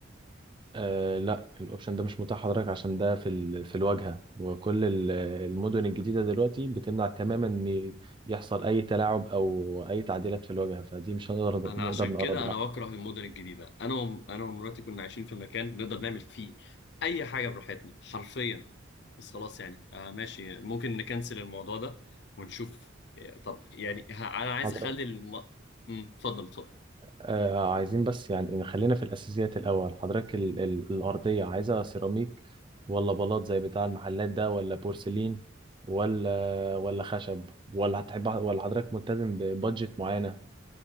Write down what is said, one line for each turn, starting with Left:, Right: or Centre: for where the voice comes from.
Right: آه لا الأوبشن ده مش متاح حضرتك عشان ده في ال... في الواجهة وكل ال- المدن الجديدة دلوقتي بتمنع تماما إن يحصل أي تلاعب أو أي تعديلات في الواجهة فدي مش هنقدر
Left: انا
Right: نقدر
Left: عشان كده
Right: نقرب
Left: انا
Right: لها
Left: بكره المدن الجديده انا وم... انا ومراتي كنا عايشين في مكان بنقدر نعمل فيه اي حاجه براحتنا حرفيا بس خلاص يعني آه ماشي ممكن نكنسل الموضوع ده ونشوف آه، طب يعني ه... انا عايز
Right: حضرتك
Left: اخلي الم... مم، اتفضل اتفضل
Right: آه عايزين بس يعني نخلينا في الأساسيات الأول حضرتك ال ال الأرضية عايزة سيراميك ولا بلاط زي بتاع المحلات ده ولا بورسلين ولا ولا خشب ولا هتحب ولا حضرتك ملتزم ببادجت معينة